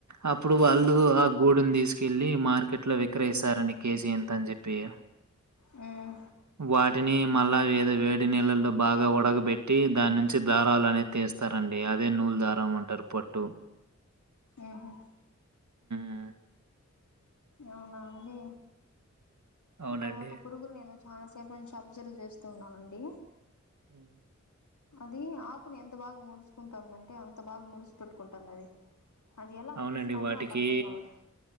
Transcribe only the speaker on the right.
అప్పుడు
వాళ్ళు ఆ గూడుని తీసుకు కెళ్ళి మార్కెట్ లో విక్రయిస్తారండి కేజీ ఎంత అని చెప్పి <unintelligible>
వాటిని మళ్ళా ఏదో వేడి నీళ్లల్లో బాగా ఉడగబెట్టి దాని నుంచి దారాలు అనేది తీస్తారండి, అదే నూలు దారం అంటారు పట్టు
మ్
అవునండి.
హ్మ్.
అవునండి.
వాటికి